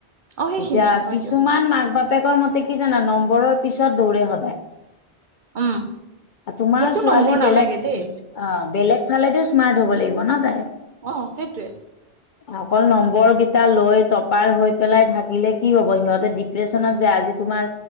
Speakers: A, on the right; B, on the left.
A: অ', সেইখিনিয়ে
B: এতিয়া
A: হয়
B: কিছুমান
A: দিয়ক
B: মাক বাপেকৰ মতে কি জানা নম্বৰৰ পিছত দৌৰে সদায়।
A: উম,
B: তোমাৰ
A: মোকো
B: ছোৱালী
A: নম্বৰ নালাগে
B: বেলেগ
A: দেই
B: অ বেলেগ ফালেদি। স্মাৰ্ট হ'ব লাগিব ন তাই।
A: অ সেইটোৱে?
B: অকল নম্বৰ কেইটা লৈ টপাৰ হৈ পেলাই থাকে। থাকিলে কি হ'ব সিহঁতে ডিপ্ৰেশচনত যে আজি তোমাৰ।